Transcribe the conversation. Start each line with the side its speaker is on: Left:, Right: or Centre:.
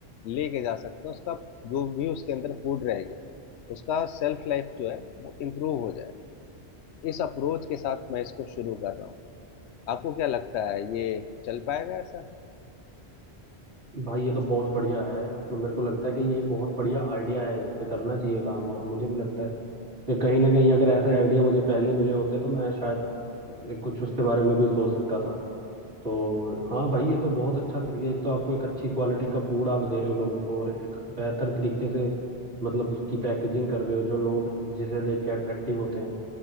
Left: लेके जा सकते हैं उसका जो भी उसके अंदर फूड रहेगा उसका सेल्फ लाइफ जो है वो इम्प्रूव हो जाए इस अप्रोच के साथ मैं इसको शुरू कर रहा हूँ आपको क्या लगता है ये चल पाएगा ऐसा
Right: भाई ये तो बहुत बढ़िया है मतलब मेरे को लगता है कि ये बहुत बढ़िया आइडिया है इस पे करना चाहिए काम और मुझे भी लगता है कि कहीं ना कहीं अगर ऐसे आइडिया मुझे पहले मिले होते तो मैं शायद कुछ उसके बारे में भी सोच सकता था तो हाँ भाई ये तो बहुत अच्छा तरीका है एक तो आपको एक अच्छी क्वालिटी का फूड आप दे रहे हो लोगों को और एक बेहतर तरीके से मतलब उसकी पैकेजिंग कर रहे हो जो लोग जिसे देख के अट्रैक्टिव होते हैं